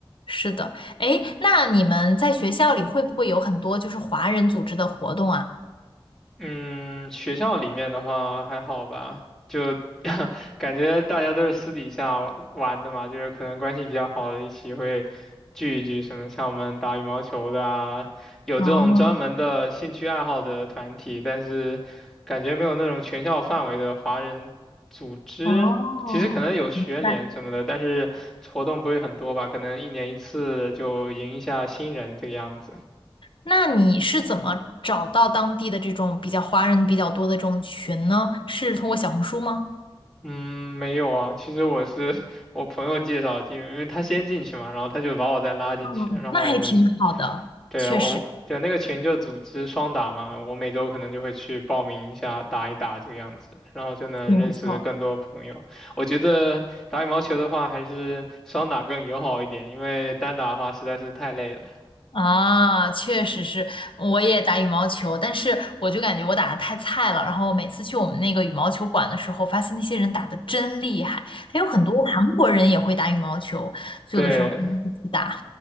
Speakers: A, on the left; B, in the centre.
A: 是的，哎，那你们在学校里会不会有很多就是华人组织的活动啊？
B: 嗯，学校里面的话还好吧，就 <laughs> 感觉大家都是私底下玩玩的嘛，就是可能关系比较好的一起会聚一聚，什么像我们打羽毛球的啊，有这种专门的兴趣爱好的团体，
A: 哦
B: 但是感觉没有那种全校范围的华人组织。
A: 哦，
B: 其实可能有学联什么的，
A: 明白。
B: 但是活动不会很多吧，可能一年一次就迎一下新人这个样子。
A: 那你是怎么找到当地的这种比较华人比较多的这种群呢？是通过小红书吗？
B: 嗯，没有啊。其实我是 <laughs> 我朋友介绍进，因为他先进去嘛，然后他就把我再拉进去，
A: 嗯，
B: 然后我们
A: 那还挺好的，
B: 对啊我对啊那个群就组织双打嘛，
A: 确实
B: 我每周可能就会去报名一下，打一打这个样子，然后就能认识更多朋友。
A: 挺不错。
B: 我觉得打羽毛球的话，还是双打更友好一点，因为单打的话实在是太累了。
A: 啊，确实是，我也打羽毛球，但是我就感觉我打的太菜了。然后每次去我们那个羽毛球馆的时候，发现那些人打的真厉害，还有很多韩国人也会打羽毛球，就有的时候会一起打。
B: 对，